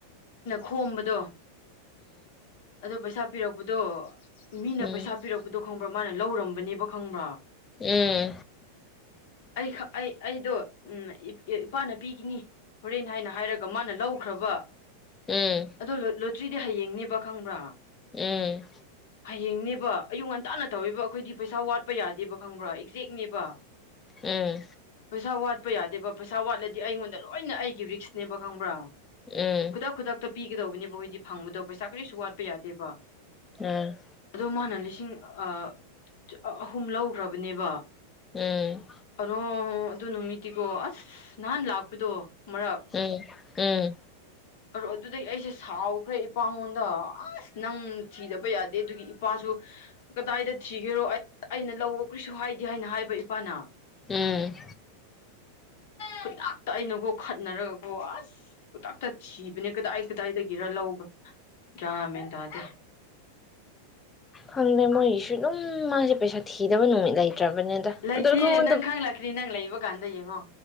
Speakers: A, on the left; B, on the left.
A: ꯈꯣꯝꯕꯗ‌ꯣ ꯑꯗꯣ ꯄꯩꯁꯥ ꯄꯤꯔꯛꯄꯗ‌ꯣ ꯃꯤꯅꯥ
B: ꯎꯝ
A: ꯄꯩꯁꯥ ꯄꯤꯔꯛꯄꯗꯣ ꯈꯪꯕ꯭ꯔꯥ ꯃꯥꯅ ꯂꯧꯔꯝꯕꯅꯦꯕ ꯈꯪꯕ꯭ꯔꯥ
B: ꯑꯦ
A: ꯑꯩ ꯑꯩ ꯑꯩꯗꯣ ꯎ ꯏꯄꯥꯅꯄꯤꯒꯤꯅꯤ ꯍꯣꯔꯦꯟ ꯍꯥꯏꯅ ꯍꯥꯏꯔꯒ ꯃꯥꯅ ꯂꯧꯈ꯭ꯔꯕ
B: ꯎꯝ
A: ꯑꯗꯣ ꯂꯣꯇ꯭ꯔꯤꯗꯤ ꯍꯌꯦꯡꯅꯤ ꯄ ꯈꯪꯕ꯭ꯔꯥ
B: ꯎꯝ
A: ꯍꯌꯦꯡꯅꯦꯕ ꯑꯌꯨꯛ ꯉꯟ ꯅꯥꯟꯅ ꯇꯧꯋꯦꯕ ꯑꯩꯈꯣꯏꯗꯤ ꯄꯩꯁꯥ ꯋꯥꯠꯄ ꯌꯥꯗꯦꯕ ꯈꯪꯕ꯭ꯔꯥ ꯦꯛꯅꯦꯕ
B: ꯎꯝ ꯎꯝ
A: ꯄꯩꯁꯥ ꯋꯥꯠ ꯆꯠꯄ ꯌꯥꯗꯦꯕ ꯄꯩꯁꯥ ꯋꯥꯠꯂꯗꯤ ꯑꯩꯉꯣꯟꯗ ꯂꯣꯏꯅ ꯑꯩꯒꯤ ꯔꯤꯛꯁꯅꯦꯕ ꯈꯪꯕ꯭ꯔꯥ
B: ꯎꯝ
A: ꯈꯨꯗꯛ ꯈꯨꯗꯛꯇ ꯄꯤꯒꯗꯧꯕꯅꯦ ꯃꯣꯏꯗꯤ ꯐꯪꯕꯗꯣ ꯄꯩꯁꯥ ꯀꯔꯤꯁꯨ ꯋꯥꯠꯄ ꯌꯥꯗꯦꯕ
B: ꯑ
A: ꯑꯗꯨ ꯃꯥꯅ ꯂꯤꯁꯤꯡ ꯂꯤꯁꯤꯡ ꯑꯍꯨꯝ ꯂꯧꯈ꯭ꯔꯕꯅꯦꯕ ꯑꯣ
B: ꯎꯝ
A: ꯑꯗꯨ ꯑꯗꯨ ꯅꯨꯃꯤ ꯇꯤꯒꯣ ꯑꯁ ꯅꯍꯥꯟ ꯂꯥꯛꯄꯗꯣ ꯃꯔꯛ
B: ꯎꯡ ꯎꯡ
A: ꯑꯗꯨꯗꯒꯤ ꯑꯩꯁꯦ ꯁꯥꯎꯈ꯭ꯔꯦ ꯏꯄꯥꯉꯣꯟꯗ ꯑꯁ ꯅꯪ ꯊꯤꯗꯕ ꯌꯥꯗꯦ ꯑꯗꯨꯒꯤ ꯏꯄꯥꯁꯨ ꯀꯗꯥꯏꯗ ꯊꯤꯒꯦꯔꯣ ꯑꯩꯅ ꯂꯧꯋ‌ꯣ ꯀꯔꯤꯁꯨ ꯍꯥꯏꯗꯦ ꯍꯥꯏꯅ ꯍꯥꯏꯕ ꯏꯄꯥꯅ
B: ꯎꯝ
A: ꯈꯨꯗꯛ ꯇ ꯑꯩꯅꯕꯨꯣ ꯈꯠꯅꯔꯒꯀꯣ ꯑꯁꯇ ꯏꯕꯅꯦ ꯀꯗꯥꯏ ꯀꯗꯥꯏꯗꯒꯤꯔ ꯂꯧꯕ꯭ꯔꯥ ꯌꯥ ꯃꯦꯟ ꯇꯗꯦ
B: ꯈꯪꯗꯦ ꯃꯣꯏꯁꯨ ꯑꯗꯨꯝ ꯃꯥꯁꯦ ꯄꯩꯁꯥ ꯊꯤꯗꯕ ꯅꯨꯃꯤꯠ ꯂꯩꯇ꯭ꯔꯕꯅꯦꯗ
A: ꯂꯩꯇꯦ
B: ꯑꯗꯣ ꯑꯩꯈꯣꯏꯉꯣꯟꯗ
A: ꯅꯪ ꯈꯪꯂꯪꯂꯛꯀꯅꯤ ꯅꯪ ꯂꯩꯕ ꯀꯥꯟꯗ ꯌꯦꯡꯉꯣ